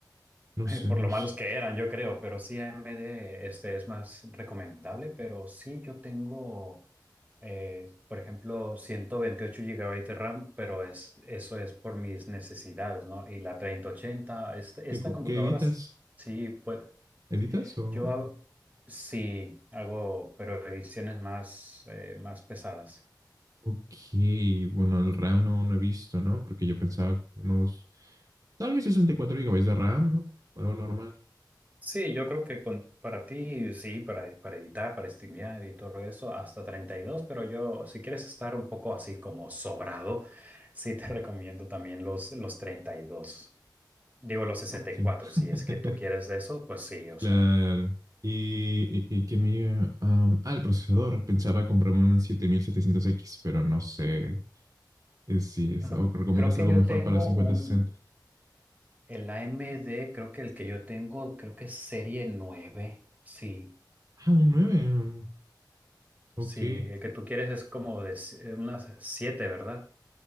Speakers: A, on the right; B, on the right.
A: No
B: <laughs>
A: sé,
B: por lo
A: no
B: malos
A: sé.
B: que eran, yo creo, pero sí AMD este, es más recomendable, pero sí yo tengo, eh, por ejemplo, 128 gigabytes de RAM, pero es, eso es por mis necesidades, ¿no? Y la treinta ochenta esta, esta
A: ¿Qué, co-
B: computadora
A: qué editas?
B: sí puede.
A: ¿Editas o...?
B: Yo hago, sí, hago, pero ediciones más, eh, más pesadas.
A: Ok, bueno, el RAM no, no he visto, ¿no? Porque yo pensaba unos, tal vez 64 gigabytes de RAM, ¿no? Algo normal.
B: Sí, yo creo que con, para ti, sí, para, para editar, para streamear y todo eso, hasta 32 pero yo, si quieres estar un poco así como sobrado, sí te <laughs> recomiendo también los, los treinta y dos Digo los sesenta
A: Ok.
B: y cuatro
A: <laughs>
B: si es que tú quieres eso, pues sí, o
A: Claro.
B: sea.
A: Y, y, y que me... iba- am, ah, el procesador. Pensaba comprarme un siete mil setecientos x pero no sé eh, si es...
B: Creo,
A: O recomiendas
B: creo que
A: algo
B: yo
A: mejor
B: tengo
A: para la cincuenta
B: un,
A: sesenta?
B: el a m d creo que el que yo tengo, creo que es serie 9 sí.
A: Ah, un nueve. un- ok.
B: Sí, el que tú quieres es como de s- eh, unas siete, ¿verdad?